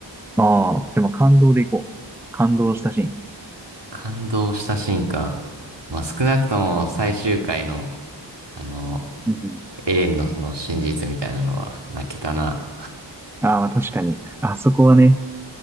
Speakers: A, in the centre; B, on the right.
A: ああ、でも感動でいこう。感動したシーン。
B: 感動したシーンか。まあ、少なくとも最終回の、あの、
A: うん
B: エレンのその真実みたいなのは泣けたな。
A: うん、ああ、確かに。あそこはね、